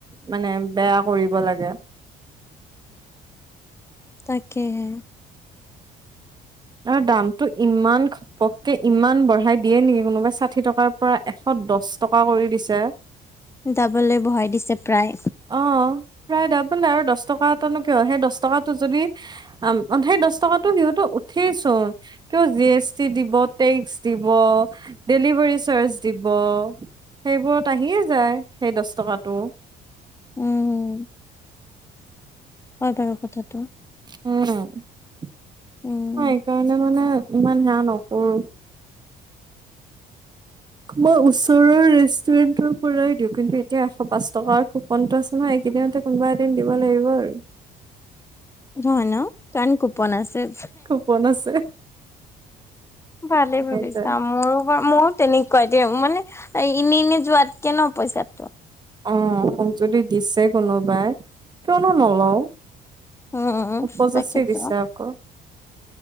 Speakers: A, on the right; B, on the left.
A: মানে বেয়া কৰিব লাগে।
B: তাকেহে!
A: আ, দামটো ইমান পককে ইমান বঢ়াই দিয়ে নেকি কোনোবাই? ষাঠি টকাৰ পৰা এশ দশ টকা কৰি দিছে।
B: দাবলে বহাই দিছে প্ৰায়।
A: অ প্ৰায় ডাবল আৰু দহ টকা এটানো কিয়? সেই দহ টকাটো যদি আ সেই দহ টকাতো সিহঁতৰ উঠেই চুন। কিয়? জি এছ টি দিব, টেক্স দিব, ডেলিভাৰী চাৰ্জ দিব, সেইবোৰত আহিয়ে যায় সেই দহ টকাটো।
B: উম! হয় বাৰু কথাটো।
A: উম!
B: উম!
A: মই সেইকাৰণে মানে ইমান সেয়া নকৰো। মই, ওচৰৰ ৰেষ্টুৰেন্টৰ পৰাই দিওঁ কিন্তু এতিয়া এশ পাঁচ টকাৰ কোপনটো আছে নহয়, এইকেইদিনতে কোনোবা এদিন দিব লাগিব আৰু।
B: সেইটো হয় ন, কাৰণ কুপন আছে।
A: পন আছে
B: ভালেই ভাবিছা,
A: সেইটোৱে
B: মোৰো মইও তেনেক কয় দিম! মানে এনে এনে যোৱাতকে ন পইচাটো।
A: অ মোক যদি দিছে কোনোবাই, কিয়নো নলওঁ।
B: উম,
A: উপযাচি
B: তাকেটো।
A: দিছে আকৌ।